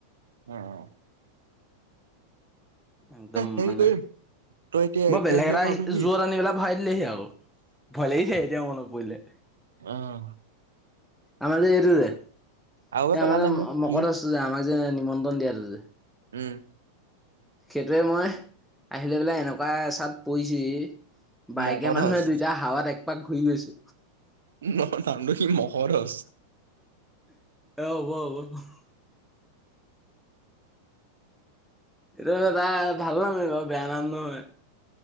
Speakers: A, on the right (about 65°); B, in the centre.
A: উম।
B: একদম
A: হেৰি
B: মানে,
A: কৰিম তই এতিয়া
B: বৰ
A: এক
B: বেলেগ
A: তাৰিখে
B: এটা
A: পাবিহি।
B: জোৰ আনি পেলাই ভাই দিলেহি আকৌ। ভয় লাগি যায় এতিয়া মনত পৰিলে।
A: অহ।
B: আমাৰ যে এইটো যে এই
A: আৰু এবাৰ পেলালে
B: আমাৰ
A: মোক সি
B: মকৰস্ত যে আমাৰ যে নিমন্ত্ৰণ দিয়াটো যে।
A: উম।
B: সেইটোৱে মই আহিলে পেলাই এনেকুৱা এ চাত পৰিছোহি বাইকে
A: মগধচ
B: মানুহে দুইটা হাৱাত এক পাক ঘূৰি গৈছে।
A: ন নামটো সি মগধচ
B: অ হব হ'ব। এইটো ত এটা ভাল নাম সেইটো বেয়া নাম নহয়।